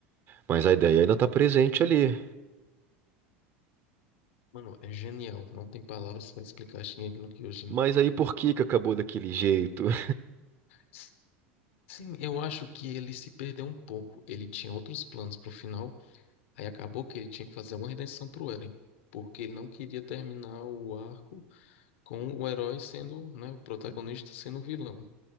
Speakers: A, on the right; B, on the left.
A: Mas a ideia ainda tá presente ali.
B: Mano, é genial. Não tem palavras para explicar Shingeki no Kyojin.
A: Mas aí por que que acabou daquele jeito? <laughs>
B: S- Sim, eu acho que ele se perdeu um pouco. Ele tinha outros planos pro final. Aí acabou que ele tinha que fazer uma redenção pro Eren. Porque ele não queria terminar o arco com o herói sendo, né, o protagonista sendo o vilão.